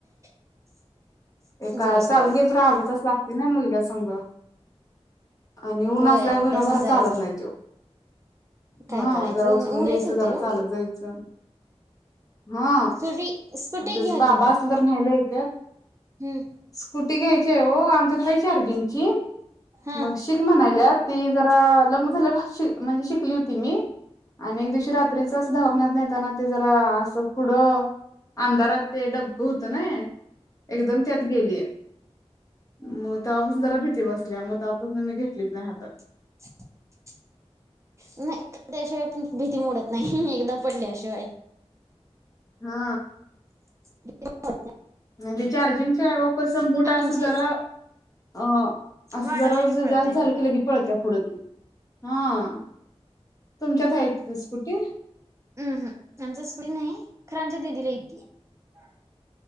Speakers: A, on the right; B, on the left.
A: <inaudible>
B: ए काय
A: जोस्त
B: चालत गेलो तर र्धा तास लागतोय ना मुलग्याच सांग आणि ऊन
A: होय
B: आसल्यावर भराभरा
A: जायचं
B: चालत नाही तो
A: काय
B: हा
A: करायचं
B: जरा उचलून
A: ऊन ऊन
B: घ्यायचं
A: लयच होते
B: जरा
A: हो
B: चालत जायचं हा
A: स्कुटी स्कुटी
B: त्यांचं
A: घ्या
B: बाबा
A: की मग
B: असलं तर न्यायला येतात
A: हम्म,
B: स्कूटी घ्यायची आहे हो आमच्यात हाय चार्जिंगची
A: हा
B: मग शिक म्हणायल्या ती जरा
A: हम्म.
B: लग्न झाल्या म्हणजे शिकली होती मी आणि एक दिवशी रात्रीच अस दवाखाण्यात नेताना ते जरा असं पुढं अंधारात ते डबकं होतं ना एकदम त्यात गेलीय मग तवापासून जरा भीती बसल्या मग तस मी घेतलीच नाही हातात
A: <inaudible> नाही पडल्याशिवाय पण भीती मोडत नाही एकदा पडल्याशिवाय
B: हा
A: <unintelligible>
B: म्हणजे चार्जिंगची आहे ओ पण कस असं मूठ असं
A: आमची
B: जरा आ
A: वाढवली
B: जरास
A: की पळतय
B: जास्त झाल
A: पुढं
B: की पळत्या जास्त ती हा तुमच्यात आहेत स्कुटी
A: हम्म हम आमच्या स्कुटी नाही खर आमच्या दिदीला येतीया